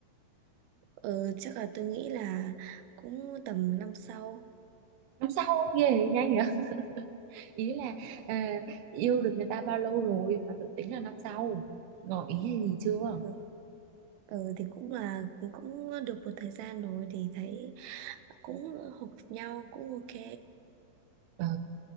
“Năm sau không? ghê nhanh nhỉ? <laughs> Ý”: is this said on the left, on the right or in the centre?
Right